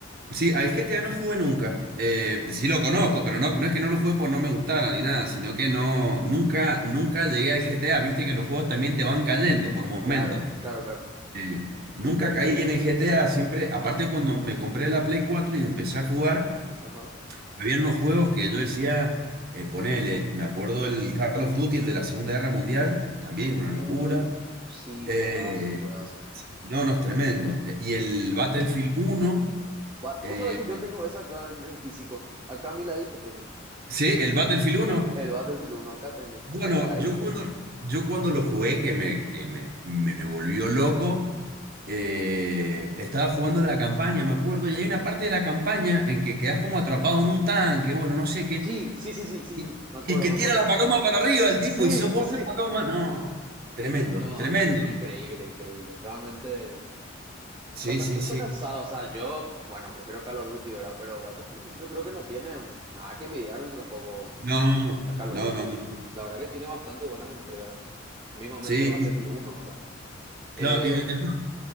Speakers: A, on the right; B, on the right.
A: sí, al GTA no jugué nunca. Eh, sí lo conozco, pero no, no es que no lo jugué porque no me gustara ni nada, sino que no, nunca, nunca llegué al GTA. Viste que los juegos también te van cayendo por momentos.
B: Claro, claro, claro.
A: Eh, nunca caí en el GTA, siempre, aparte cuando me compré la Play 4 y empecé a jugar.
B: Ajá.
A: habían unos juegos que yo decía, eh, ponele, me acuerdo el Call of Duty, el de la Segunda Guerra Mundial, también una locura.
B: Uh, sí,
A: Eh,
B: juegazo, juegazo.
A: no, no, es tremendo. Eh, Y el Battlefield uno
B: Va-
A: eh,
B: Vos sabés que yo tengo esa acá en, en físico. Acá a mi ladito tengo.
A: sí, el Battlefield uno
B: El Battlefield uno acá tengo.
A: Bueno,
B: Acá al ladito
A: yo
B: tengo.
A: cuando, yo cuando lo jugué, que me, que me, me volvió loco, eh, estaba jugando la campaña, me acuerdo, y hay una parte de la campaña en que quedas como atrapado en un tanque, bueno, no sé qué,
B: Sí, sí, sí, sí, sí,
A: Y,
B: sí. Me acuerdo,
A: y que
B: me
A: tira
B: acuerdo.
A: la paloma para arriba el tipo
B: Sí,
A: y sos vos
B: sí.
A: la paloma. No, tremendo,
B: No,
A: tremendo.
B: eh, increíble, increíble. Realmente
A: Sí,
B: bastante
A: sí, sí.
B: buena asada. O sea, yo, bueno, prefiero Call of Duty, ¿verdad? Pero Battlefield yo creo que no tiene nada que envidiarle tampoco
A: No, no,
B: a Call
A: no,
B: of Duty,
A: no. no.
B: ¿verdad? La verdad que tiene bastante buenas entregas. Mismamente
A: Sí,
B: Battlefield
A: y-
B: uno ¿verdad?
A: claro,
B: Eh,
A: y- eh, no,